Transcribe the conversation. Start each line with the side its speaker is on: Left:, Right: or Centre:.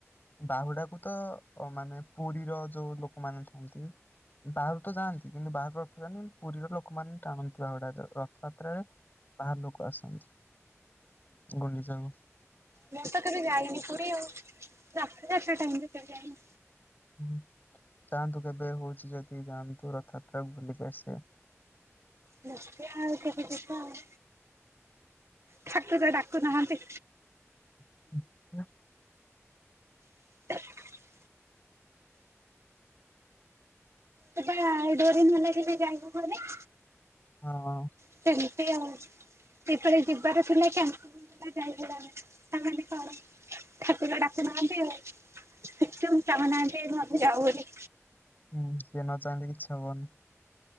Left: ବାହୁଡାକୁ ତ ମାନେ ପୁରୀର ଯୋଉ ଲୋକମାନେ ଥାନ୍ତି। ବାହାରୁ ତ ଯାଆନ୍ତି କିନ୍ତୁ ବାହାରୁ ରଥ ଯାନ୍ତି ପୁରୀର ଲୋକମାନେ ଟାଣନ୍ତି ବାହୁଡା ରଥଯାତ୍ରାରେ। ବାହାର ଲୋକ ଆସନ୍ତି। ଗୁଲି ସାଙ୍ଗ।
Right: ମୁଁ ତ କେବେ ଯାଇନି ପୁରୀ ଆଉ ନା ରଥ ଟାଇମରେ ଯାଇନି।
Left: ହୁଁ ଯାଆନ୍ତୁ କେବେ ହଉଛି ଯଦି ଯାଆନ୍ତୁ ରଥଯାତ୍ରା ବୁଲିକି ଆସିବେ।
Right: ଦେଖିଆ ଆଉ କେବେ ଯିବା ଆଉ। ଠାକୁର ଡାକୁନାହାନ୍ତି।
Left: <unintelligible>
Right: <unintelligible> ସେଠି ପା ଡୋରି ନ ଲାଗିଲେ ଯାଇ ହବନି।
Left: ହଁ।
Right: ସେମତି ଆଉ ସେପବେ ଯିବାର ଥିଲା କେମତି ଯାଇ ହେଲାନି ତାମାନେ କଣ ଠାକୁର ଡାକୁନାହାନ୍ତି ଆଉ? <unintelligible> ଚାହୁଁନାହାନ୍ତି ଆମେ ଯାଉ ବୋଲି।
Left: ହୁଁ ସିଏ ନ ଚାହିଁଲେ କିଛି ହବନି।